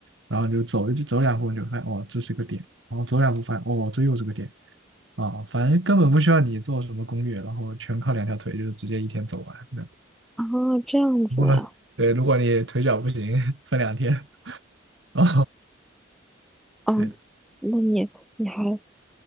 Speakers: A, on the right; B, in the centre.
A: 然后你就走一走两步你就发现哦这是个点，然后走两步发现哦这又是个点啊，反正根本不需要你做什么攻略，然后全靠两条腿就是直接一天走完那。<laughs>
B: 啊？这样子啊。
A: 不过对，如果你腿脚不行，<laughs> 分两天哦，
B: 嗯，
A: 对的。
B: 那你你还